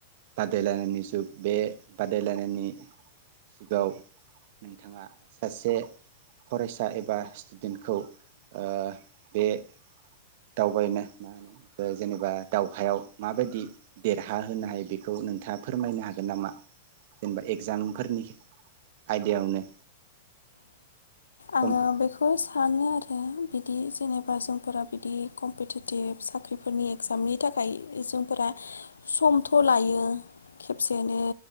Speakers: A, on the right (about 55°); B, on the left (about 90°).
A: बादायलायनायनि जुग बे बादायलायनायनि जुगाव नोंथाङा सासे फरायसा एबा स्टुडेन्टखौ ओ बे दावबायनो ओ जेनेबा दावहायाव माबायदि देरहा होनोनो हायो बेखौ नोंथाङा फोरमायनो हागोन नामा जेनेबा एगजामफोरनि आयदायावनो कमपि
B: आङो बेखौ थाङो आरो बिदि जेनेबा जोंफोरा बिदि कम्पिटिटिभ साख्रिफोरनि एक्जामनि थाखाय जोंफोरा समथ' लायो खेबसेयैनो